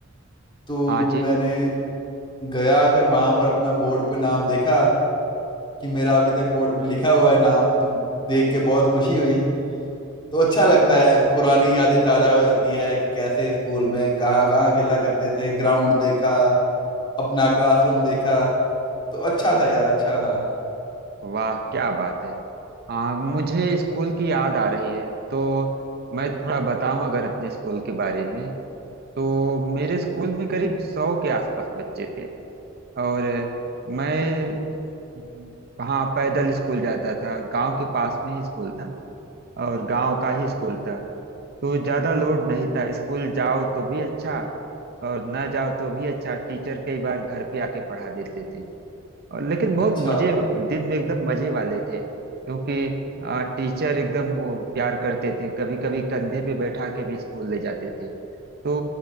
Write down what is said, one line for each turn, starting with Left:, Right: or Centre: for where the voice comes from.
Left: तो
Right: हाँ जी
Left: मैंने गया फिर वहां पर अपना बोर्ड पे नाम देखा कि मेरा अभी तक बोर्ड पे लिखा हुआ है नाम तो देख के बहुत खुशी हुई तो अच्छा लगता है पुरानी यादें ताजा हो जाती है कि कैसे स्कूल में कहाँ कहाँ खेला करते थे ग्राउंड देखा अपना क्लासरूम देखा तो अच्छा था यार अच्छा था
Right: वाह क्या बात है हाँ मुझे स्कूल की याद आ रही है तो मैं थोड़ा बताऊं अगर अपने स्कूल के बारे में तो मेरे स्कूल में करीब सौ के आसपास बच्चे थे और मैं हाँ पैदल स्कूल जाता था गांव के पास में ही स्कूल था और गांव का ही स्कूल था तो ज़्यादा लोड नहीं था स्कूल जाओ तो भी अच्छा और ना जाओ तो भी अच्छा टीचर कई बार घर पे आके पढ़ा देते थे और लेकिन बहुत
Left: अच्छा
Right: मजे दिन में एकदम मजे वाले थे क्योंकि आ, टीचर एकदम वो प्यार करते थे कभी कभी कंधे पे बैठा के भी स्कूल ले जाते थे तो